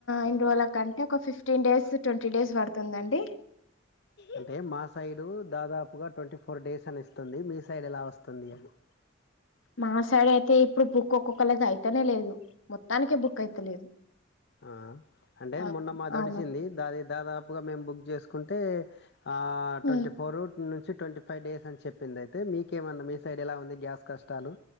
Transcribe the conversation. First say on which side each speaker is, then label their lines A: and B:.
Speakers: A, on the left (about 80°); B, on the left (about 60°).
A: ఎన్ని రో అంటే ఒక ఫిఫ్టీన్ డేస్ ట్వంటీ డేస్ పడుతుందండి
B: అంటే మా సైడూ దాదాపుగ ట్వంటీ ఫోర్ డేస్ అని ఇస్తుంది మీ సైడ్ ఎలా వస్తుంది అని
A: మా సైడ్ అయితే ఇప్పుడు బుక్ ఒక్కొక్కళది అయితనే లేదు మొత్తానికే బుక్ అయితలేదు
B: ఆ అంటే
A: ఆ,
B: మొన్న మాది
A: అవును
B: ఒడిచింది దాది దాదాపుగా మేము బుక్ చేసుకుంటే ఆ
A: ఉమ్,
B: ట్వంటీ ఫోరు నుంచి ట్వంటీ ఫైవ్ డేస్ అని చెప్పింది అయితే మీకేమన్న మీ సైడ్ ఎలా ఉంది గ్యాస్ కష్టాలు